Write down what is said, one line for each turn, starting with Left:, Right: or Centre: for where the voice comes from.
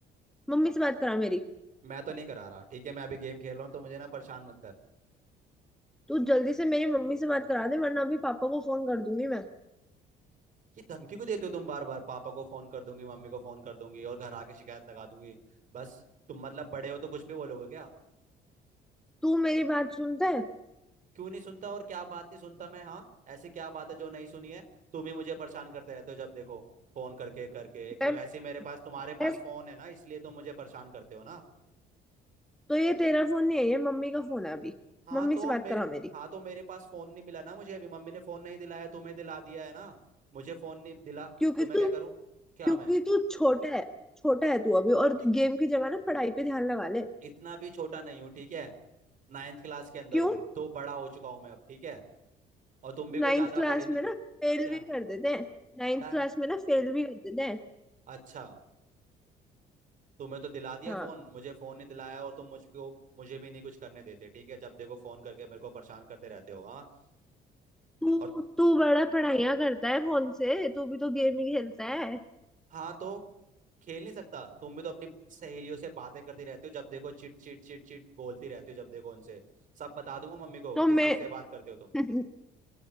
Centre: मम्मी से बात करा मेरी
Right: मैं तो नहीं करा रहा ठीक है मैं अभी गेम खेल रहा हूँ तो मुझे ना परेशान मत कर
Centre: तू जल्दी से मेरी मम्मी से बात करा दे वरना अभी पापा को फोन कर दूंगी मैं
Right: ये धमकी क्यों देते हो तुम बार बार पापा को फोन कर दूंगी मम्मी को फोन कर दूंगी और घर आके शिकायत लगा दूंगी बस तुम मतलब बड़े हो तो कुछ भी बोलोगे क्या
Centre: तू मेरी बात सुनता है
Right: क्यों नहीं सुनता और क्या बात नहीं सुनता मैं हाँ ऐसी क्या बात है जो नहीं सुनी है तुम ही मुझे परेशान करते रहते हो जब देखो फोन करके करके एक
Centre: मैं
Right: तो वैसे ही मेरे पास तुम्हारे
Centre: मैं-
Right: पास फोन है ना इसलिए तुम मुझे परेशान करते हो ना
Centre: तो ये तेरा फोन नहीं है ये मम्मी का फोन है अभी
Right: हाँ
Centre: मम्मी
Right: तो
Centre: से बात
Right: मेरे
Centre: करा मेरी
Right: हाँ तो मेरे पास फोन नहीं मिला ना मुझे अभी मम्मी ने फोन नहीं दिलाया तुम्हें दिला दिया है ना मुझे फोन नहीं दिला
Centre: क्योंकि
Right: तो मैं
Centre: तू
Right: क्या करूँ क्या
Centre: क्योंकि
Right: मैं
Centre: तू छोटा है छोटा है तू अभी और
Right: इत,
Centre: गेम की जगह ना पढ़ाई पे ध्यान लगा ले
Right: इतना भी छोटा नहीं हूँ ठीक है नाइन्थ क्लास के अंदर
Centre: क्यों
Right: हूँ तो बड़ा हो चुका हूँ मैं अब ठीक है और तुम भी कोई
Centre: नाइन्थ
Right: ज्यादा
Centre: क्लास
Right: बड़े नहीं
Centre: में ना फेल
Right: क्या
Centre: भी कर देते हैं नाइन्थ
Right: क्या?
Centre: क्लास में ना फेल भी कर देते हैं
Right: अच्छा तुम्हें तो दिला दिया
Centre: हाँ
Right: फोन मुझे फोन नहीं दिलाया और तुम मुझको मुझे भी नहीं कुछ करने देते ठीक है जब देखो फोन करके मेरे को परेशान करते रहते हो हाँ
Centre: तू
Right: और
Centre: तू बड़ा पढ़ाइयाँ करता है फोन से तू भी तो गेम ही खेलता है
Right: हाँ तो खेल नहीं सकता तुम भी तो अपनी सहेलियों से बातें करती रहती हो जब देखो चिट चिट चिट चिट बोलती रहती हो जब देखो उनसे सब बता दूंगा मम्मी को
Centre: तो
Right: किस
Centre: मैं
Right: किस से बात करते हो तुम
Centre: <laughs>